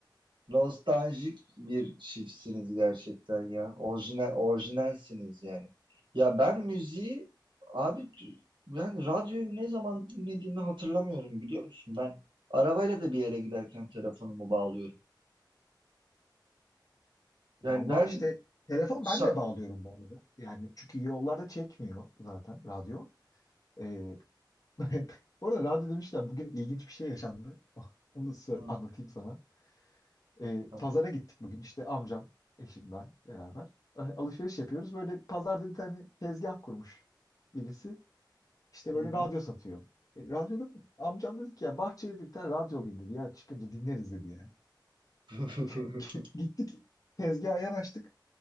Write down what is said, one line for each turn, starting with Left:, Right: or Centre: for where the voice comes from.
Right: Nostaljik bir çiftsiniz gerçekten ya. Orijinal, orijinalsiniz yani. Ya ben müziği abi ben radyoyu ne zaman dinlediğimi hatırlamıyorum biliyor musun? Ben arabayla da bir yere giderken telefonumu bağlıyorum. Yani
Left: Valla
Right: ben
Left: işte telefon
Right: şa-
Left: ben de bağlıyorum bu arada. Yani çünkü yollarda çekmiyor zaten radyo. Ee, <laughs> bu arada radyo demişken bugün ilginç bir şey yaşandı. <laughs> Onu da size
Right: Hı,
Left: anlatayım sana. Ee,
Right: tamam.
Left: pazara gittik bugün işte amcam, eşim ben beraber. Ee, Alışveriş yapıyoruz. Böyle pazarda bir tane tezgah kurmuş birisi. İşte
Right: Hı
Left: böyle
Right: hı.
Left: radyo satıyor. E, radyoda amcam dedi ki ya bahçeye dedi bir tane radyo alayım dedi ya çıkınca dinleriz dedi yani.
Right: <laughs>
Left: <laughs> Gittik tezgaha yanaştık.